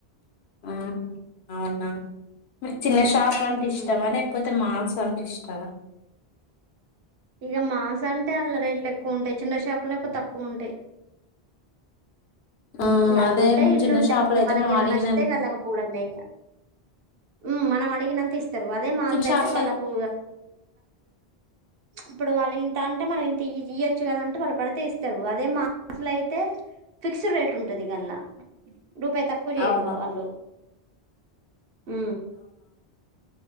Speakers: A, on the left; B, on the right.
A: ఆ అవునా కు
B: మ్మ్.
A: చిన్న షాపు అంటే ఇష్టమా
B: మ్మ్.
A: లేకపోతే మా స తీ్రిస్ టకా
B: ఇక మాల్స్ అంటే అళ్లా రేట్లు ఎక్కువ ఉంటాయి చిన్న చేాపలు ఎక్కువ తక్కువ ఉంటాయి
A: ఆ
B: గల్లుుంటాయి
A: అదే
B: ఇల్లుంటాయి
A: చిన్న షాపులో
B: ఇక
A: అయితే
B: మనకి
A: మనం
B: ఇలా
A: అడిగిన
B: నచ్చితే కళ్ళకపోవడం మేక ఉ మనం అడగినంత ఇస్తా తారు అదే మాధర
A: చిన్న షాపే
B: అయితే వాళ్ళకు ఇప్పుడు వాళ్ళు ఇంత అంటే మనం ఇంత ఇయొచ్చు కదంటే వాళ్ళు పడితే ఇస్తారు అదే మాసలు అయితే ఫిక్స్డ్ రేట్ ఉంటుంది ట్టదికలా రూపాయ తక్కువజేరు
A: అవునా
B: అల్ళు హ